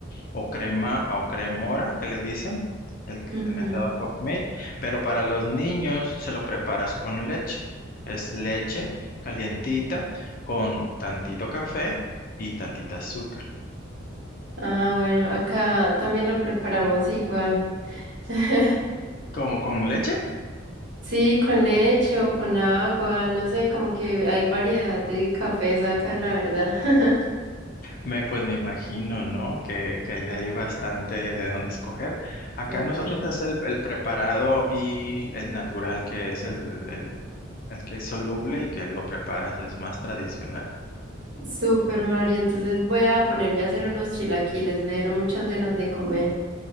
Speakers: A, on the left; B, on the right.
A: o crema o cremora que le dicen, el,
B: ujú.
A: el mentado Coffee Mate. Pero para los niños se lo preparas con leche. Es leche calientita con tantito café y tantita azúcar.
B: Ah, bueno, acá también lo preparamos igual. <laughs>
A: ¿Cómo con leche?
B: Sí, con leche o con agua, no sé, como que hay variedad de cafés acá, la verdad. <laughs>
A: Me, pues me imagino, ¿no? Que, que allá hay bastante de dónde escoger. Acá
B: Total.
A: nosotros es el, el preparado y el natural, que es el, el, el que es soluble y que lo preparas, es más tradicional.
B: Super Mario, entonces voy a ponerme a hacer unos chilaquiles, me dieron muchas ganas de comer.